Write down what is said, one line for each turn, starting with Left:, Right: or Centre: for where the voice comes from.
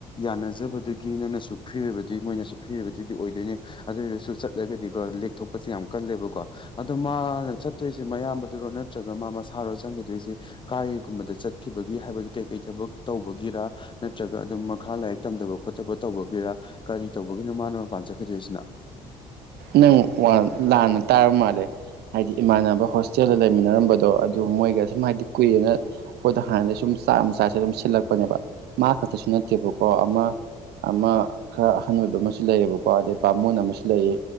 Left: ꯌꯥꯅꯖꯕꯗꯨꯒꯤ ꯅꯪꯅꯁꯨ ꯐ꯭ꯔꯤ ꯑꯣꯏꯕꯗꯨꯏ ꯃꯣꯏꯅꯁꯨ ꯐ꯭ꯔꯤ ꯑꯣꯏꯕ ꯑꯗꯨꯗꯤ ꯑꯣꯏꯗꯣꯏꯅꯦ ꯑꯗꯨꯑꯣꯢꯔꯁꯨ ꯆꯠꯂꯒꯗꯤꯀꯣ ꯂꯦꯛꯊꯣꯛꯄꯁꯦ ꯌꯥꯝ ꯀꯜꯂꯦꯕꯀꯣ ꯑꯗꯣ ꯃꯥꯅ ꯆꯠꯇꯣꯏꯁꯦ ꯃꯌꯥꯝꯕꯗꯨꯔꯣ ꯅꯠꯇ꯭ꯔꯒ ꯃꯥ ꯃꯁꯥꯔꯣ ꯆꯪꯒꯤꯗꯣꯏꯖꯤ ꯀꯥꯏꯒꯨꯝꯕꯗ ꯆꯠꯈꯤꯕꯒꯤ ꯍꯥꯏꯕꯗꯤ ꯀꯩ ꯀꯩ ꯊꯕꯛ ꯇꯧꯕꯒꯤꯔ ꯅꯠꯇ꯭ꯔꯒ ꯑꯗꯨꯝ ꯃꯈꯥ ꯂꯥꯏꯔꯤꯛ ꯇꯝꯗꯕ ꯈꯣꯠꯇꯕ ꯇꯧꯕꯒꯤꯔ ꯀꯔꯤ ꯇꯧꯕꯒꯤꯅꯣ ꯃꯥꯅ ꯃꯄꯥꯟ ꯆꯠꯈꯤꯗꯣꯏꯁꯤꯅ
Right: ꯅꯪ ꯋꯥꯟ ꯂꯥꯟꯅ ꯇꯥꯔ ꯃꯥꯜꯂꯦ ꯍꯥꯏꯗꯤ ꯏꯃꯥꯟꯅꯕ ꯍꯣꯁꯇꯦꯜꯗ ꯂꯩꯃꯤꯟꯅꯔꯝꯕꯗꯣ ꯑꯗꯨ ꯃꯣꯏꯒ ꯁꯨꯝ ꯍꯥꯏꯗꯤ ꯀꯨꯏꯔꯦꯅ ꯑꯈꯣꯏꯗ ꯍꯥꯟꯅꯗꯩ ꯁꯨꯝ ꯆꯥꯛ ꯑꯃ ꯆꯥꯁꯦ ꯑꯗꯨꯝ ꯁꯤꯜꯂꯛꯄꯅꯦꯕ ꯃꯥ ꯈꯛꯇꯁꯨ ꯅꯠꯇꯦꯕꯀꯣ ꯑꯃ ꯑꯃ ꯈꯔ ꯑꯍꯟ ꯑꯣꯏꯕ ꯑꯃꯁꯨ ꯂꯩꯌꯦꯕꯀꯣ ꯑꯗꯩ ꯚꯥꯃꯣꯟ ꯑꯃꯁꯨ ꯂꯩꯌꯦ